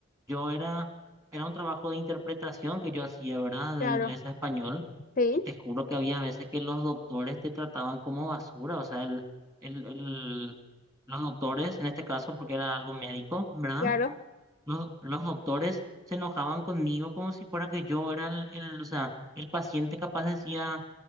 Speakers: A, on the right; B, on the left.
A: yo era, era un trabajo de interpretación que yo hacía, ¿verdad?
B: claro,
A: De inglés a español.
B: sí,
A: Y te juro que había veces que los doctores te trataban como basura. O sea, el, el, el- los doctores, en este caso, porque era algo médico, ¿verdad?
B: claro.
A: Los, los doctores se enojaban conmigo como si fuera que yo era el, el, o sea, el paciente capaz decía,